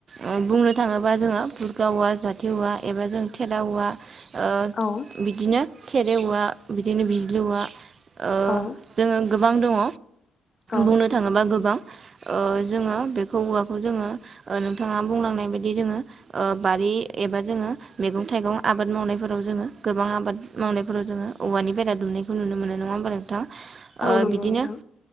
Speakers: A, on the right (about 50°); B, on the left (about 40°).
A: ओ बुंनो थाङोबा जोङो बुर्खा औवा जावथि औवा एबा जों थेला औवा ओ
B: औ
A: बिदिनो थेरे औवा बिदिनो बिज्लि औवा ओ
B: औ
A: जोङो गोबां दङ
B: औ
A: बुंनो थाङोबा गोबां ओ जोङो बेखौ औवाखौ जोङो नोंथाङा बुंलांनाय बायदि जोङो ओ बारि एबा जोङो मैगं-थाइगं आबाद मावनायफोराव जोङो गोबां आबाद मावनायफोराव जोङो औवानि बेरा दुमनो नुनो मोननाय नङा होमबालायथां
B: औ
A: बिदिनो
B: नोंथां